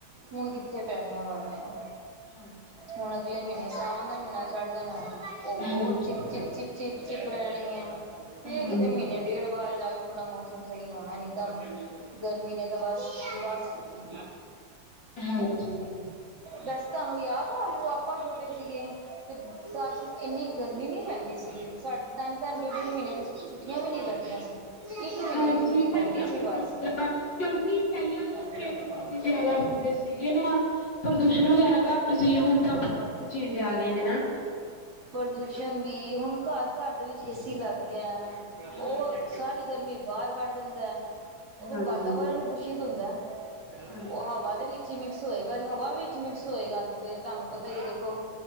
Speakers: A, on the right; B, on the left.
A: ਹੁਣ
B: ਹਾਂਜੀ
A: ਕਿੱਥੇ ਪੈਣੀਆਂ
B: ਹਾਂਜੀ
A: ਬਾਰਿਸ਼ਾਂ।
B: ਹਾਂਜੀ
A: ਹੁਣ ਅਗਲੇ ਮਹੀਨੇ, ਸਾਵਣ ਦਾ ਮਹੀਨਾ ਚੜ ਜਾਣਾ ਹੈ। ਉਹ
B: ਹਾਂਜੀ
A: ਹੋਰ ਚਿਪ-ਚਿਪ-ਚਿਪ ਚਿਪ, ਚਿਪ ਰਹਿਣੀ ਆ।
B: ਹਾਂ
A: ਮੀਨੇ ਡੇਢ ਬਾਦ ਜਾ ਕੇ ਥੋੜਾ ਮੌਸਮ ਸਹੀ ਹੋਣਾ, ਨੀ ਤਾਂ ਗਰਮੀ ਨੇ ਤਾਂ ਬਸ, ਬਸ ਕੀਤੀ
B: ਹਾਂਜੀ
A: ਵੈਸੇ ਤੁਹਾਨੂੰ ਯਾਦ ਆ, ਜਦੋਂ ਆਪਾਂ ਛੋਟੇ ਸੀਗੇ ਤੇ ਤਦ, ਇੰਨੀ ਗਰਮੀ ਨਹੀਂ ਪੈਂਦੀ ਸੀਗੀ। ਸਾਡੇ ਟਾਇਮ ਤਾਂ ਮਹੀਨੇ ਦੀ ਛੁੱਟੀਆਂ ਵੀ ਨੀ ਪੈਂਦੀਆਂ ਸੀ। ਇੱਕ ਮਹੀਨੇ
B: ਹਾਂਜੀ
A: ਦੀ ਛੁੱਟੀ ਪੈਂਦੀ
B: ਪਹਿਲਾਂ
A: ਸੀ
B: ਹੁੰਦਾ
A: ਬਸ
B: ਸੀਗਾ, ਕਿਉਂਕਿ ਪਹਿਲਾਂ,
A: ਬਾਹਰ
B: ਪੇੜ ਪੌਦੇ
A: ਨਾਲੇ
B: ਜ਼ਿਆਦਾ ਹੁੰਦੇ ਸੀ। ਠੀਕ ਏ ਨਾ, ਪ੍ਰਦੂਸ਼ਣ
A: ਪੈਦਲ
B: ਵਗੈਰਾ
A: ਜਾਣਾ ਕਿ ਐਕਟਿਵ
B: ਘੱਟ ਸੀ।
A: ਤੇ
B: ਹੁਣ ਤਾਂ ਬਹੁਤ ਚੇਂਜ, ਆ ਗਏ
A: ਜਾਣਾ
B: ਨੇ ਨਾ।
A: ਪ੍ਰਦੂਸ਼ਣ ਵੀ, ਹੁਣ ਘਰ-ਘਰ ਦੇ ਵਿੱਚ ਏ ਸੀ ਲੱਗ ਗਿਆ।
B: ਹਾਂਜੀ
A: ਉਹ, ਸਾਰੀ ਗਰਮੀ ਬਾਹਰ ਕੱਢ ਦਿੰਦਾ। ਉਹ ਫੇਰ
B: ਹਾਂਜੀ
A: ਵਾਤਾਵਰਨ ਹੀ ਦੂਸ਼ਿਤ ਹੁੰਦਾ,
B: ਹਾਂਜੀ
A: ਉਹ ਹਵਾ ਦੇ ਵਿੱਚ ਵਿੱਚ ਹੀ ਮਿਕਸ ਹੋਏਗਾ, ਜੇ ਹਵਾ ਵਿੱਚ ਮਿਕਸ ਹੋਏਗਾ ਤੇ ਫੇਰ, ਤੁਹਾਨੂੰ ਪਤਾ ਹੀ ਦੇਖੋ